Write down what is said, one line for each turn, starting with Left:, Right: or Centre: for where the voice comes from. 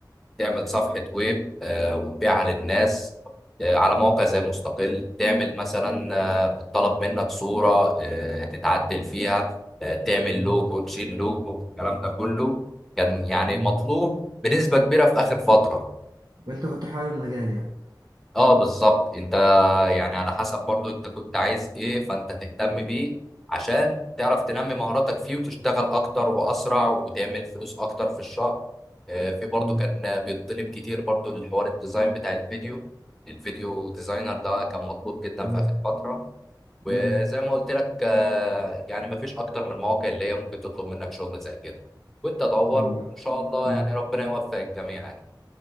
Centre: تعمل صفحة ويب آه، وتبيعها للناس آه، على موقع زي مستقل تعمل مثلا آه، الطلب منك صورة آه، تتعدل فيها آه، تعمل
Right: أمم.
Centre: لوجو تشيل لوجو الكلام ده كله كان يعني
Right: أمم.
Centre: مطلوب بنسبة كبيرة في آخر فترة
Right: وانت كنت حابب المجال يعني
Centre: اه بالظبط انت يعني على حسب برضو انت كنت عايز ايه فانت تهتم بيه عشان تعرف تنمي مهاراتك فيه وتشتغل اكتر واسرع وتعمل فلوس اكتر في الشهر آه، في برضو
Right: امم
Centre: كان بيطلب كتير برضو الحوار الديزاين بتاع الفيديو الفيديو ديزاينر ده كان مطلوب جدا
Right: تمام
Centre: في اخر فترة وزي
Right: امم
Centre: ما قلت لك آه، يعني مفيش اكتر من المواقع اللي هي ممكن تطلب منك شغل زي كده وانت دور
Right: طب
Centre: وان شاء الله
Right: أمم.
Centre: يعني ربنا يوفق الجميع يعني.